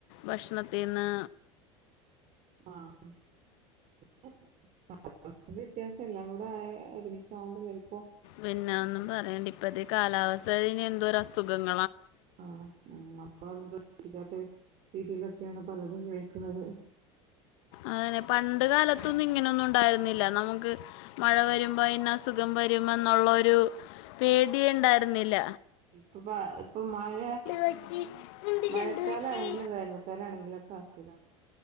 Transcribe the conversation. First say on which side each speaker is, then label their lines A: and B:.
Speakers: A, on the left; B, on the right.
A: ഭക്ഷണത്തിന്ന്
B: ങാ <unintelligible> <unintelligible> വ്യത്യാസമില്ല അവിടെ ഒരുമിച്ച് ആകുമ്പോ
A: പിന്നെ ഒന്നും പറയണ്ട ഇപ്പ ദേ കാലാവസ്ഥന്ന് എന്തോരം അസുഖങ്ങ
B: ആണ്. മ്മ് നമ്മളൊന്നും പ്രതീക്ഷിക്കാത്ത രീതിയിലൊക്കെയാണ് പലതും കേൾക്കുന്നത്.
A: അതന്നെ പണ്ട് കാലത്തൊന്നും ഇങ്ങനെയൊന്നും ഉണ്ടായിരുന്നില്ല. നമുക്ക് മഴ വരു ന്ന അസുഖം വരുമെന്നുള്ളൊരു പേടി ഇണ്ടായിരുന്നില്ല.
B: <unintelligible> ഇപ്പൊ മഴ.
A: വെച്ചി നിന്റെ
B: മഴക്കാലം
A: ചെണ്ട് വെച്ചി
B: ആണെങ്കിലും വേനൽക്കാലം ആണെങ്കിലും <unintelligible>